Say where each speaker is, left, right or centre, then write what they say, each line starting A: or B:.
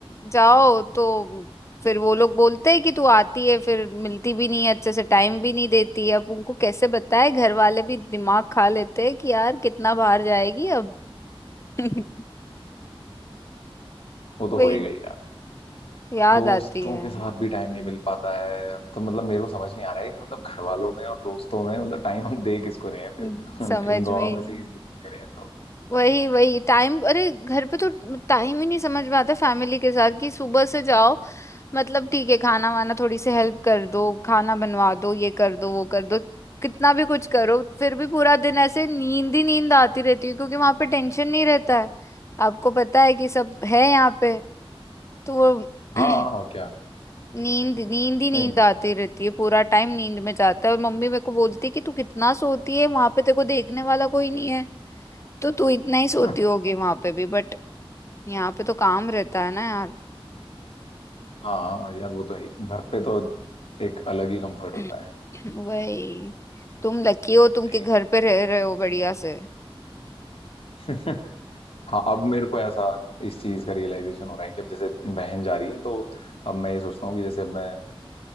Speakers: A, on the left; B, on the left.
A: जाओ तो फिर वो लोग बोलते हैं कि तू आती है फिर मिलती भी नहीं है अच्छे से टाइम भी नहीं देती है अब उनको कैसे बताए घर वाले भी दिमाग खा लेते हैं कि यार कितना बाहर जाएगी अब <laughs>
B: वो तो
A: वही
B: हो ही गई यार
A: याद
B: दोस्तों
A: आती है
B: के साथ भी टाइम नहीं मिल पाता है अब तो मतलब मेरे को समझ नहीं आ रहा है कि मतलब घर वालों में और दोस्तों में मतलब टाइम हम दे किसको रहे हैं
A: हम्म,
B: फिर
A: समझ
B: <laughs> इन दोनों
A: में ही
B: में
A: नहीं
B: से किसी को दे रहे हैं तो
A: वही वही टाइम अरे घर पे तो टाइम ही नहीं समझ में आता फैमिली के साथ कि सुबह से जाओ मतलब ठीक है खाना वाना थोड़ी सी हेल्प कर दो खाना बनवा दो ये कर दो वो कर दो कितना भी कुछ करो फिर भी पूरा दिन ऐसे नींद ही नींद आती रहती है क्योंकि वहां पे टेंशन नहीं रहता है आपको पता है कि सब है यहाँ पे तो वो
B: हाँ
A: <clears throat>
B: और क्या
A: नींद नींद ही नींद
B: नहीं
A: आती रहती है पूरा टाइम नींद में जाता है और मम्मी मेरे को बोलती है कि तू कितना सोती है वहां पे तेरे को देखने वाला कोई नहीं है तो तू इतना ही सोती
B: <laughs>
A: होगी वहां पे भी बट यहाँ पे तो काम रहता है ना यार
B: हाँ यार वो तो है ही। घर पे तो एक अलग ही कंफर्ट
A: <clears throat>
B: होता है
A: वही तुम लकी हो तुम
B: नहीं
A: के घर पे रह रहे हो बढ़िया से
B: <laughs> हाँ अब मेरे को ऐसा इस चीज का रियलाइजेशन हो रहा है कि अब जैसे बहन जा रही है तो अब मैं ये सोचता हूँ कि जैसे अब मैं